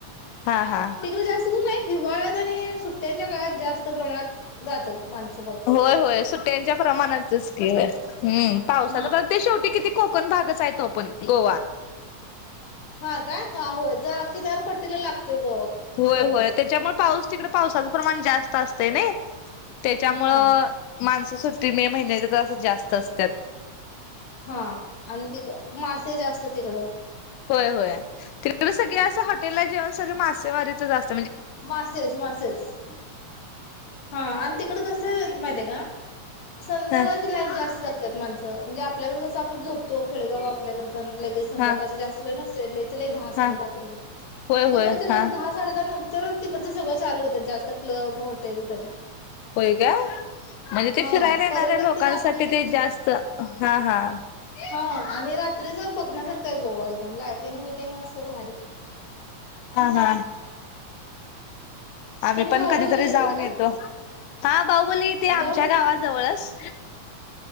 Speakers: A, on the left; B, on the left.
A: हा हा
B: तिकड जास्त करून नाही. हिवाळजने सुट त्यांच्या काळात जास्त प्रमाणात जातात माणस.
A: होय होय सुट्ट्या हम्म पावसाचं
B: हा
A: परत ते शेवटी किती कोकण भागच आहे तो पण गोवा.
B: हा का? हा होय जा किनार पट्टीला लागतोय गोवा
A: होय
B: कोकण.
A: होय त्याच्यामुळे पाऊस तिकडे पावसाचं प्रमाण जास्त असतय नई? त्याच्यामुळ
B: हा
A: माणसं सु मे महिन्याच्या जरासं जास्त असत्यात.
B: हा आणि ती मासे जास्त तिकडं
A: होय होय ते पण सगळे हॉटेला जेवण सगळ मासेमारीच असत
B: मासेस.. मासेस. हा आणि ते तिकड कसं माहितीये काय? संध्याकाळची
A: हा
B: लाईफ जास्त जग माणसं म्हणजे आपल्याकडे कस आपण झोपतो खेडगाव अपल्याकड पण लगेच संध्याकाळच
A: हा
B: जास्त वेळ नस <unintelligible> दहा साडेदहा
A: हा
B: पर्यंत
A: होय
B: तिकडचे
A: होय हा
B: लोक दहा साडेदहा नंतर तरच तिकडच सगळं चालू होतात. जास्त क्लब हॉटेल तर
A: होय का? म्हणजे ते
B: हा
A: फिरायला येणारे
B: पर्यटक
A: लोकांसाठी
B: ते रात्रीचेच
A: ते
B: असतात.
A: जास्त, हा हा
B: हा आणि रात्रीचं बघण्यासारखं गोवा एकदम लाईटिंग बिइटिंग असं भारी.
A: हा हा आम्ही
B: तुम्ही
A: पण
B: बाहुबलीला
A: कधीतरी जाऊन
B: गेलेला
A: येतो.
B: काय
A: हा भाऊ बोलले इथे आमच्या
B: जाऊन
A: गावाजवळस